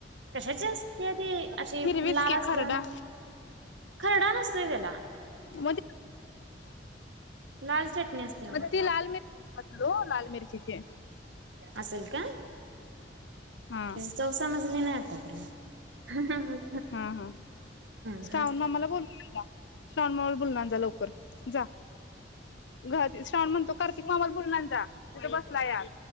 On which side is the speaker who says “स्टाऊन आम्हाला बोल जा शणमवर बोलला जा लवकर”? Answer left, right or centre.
Left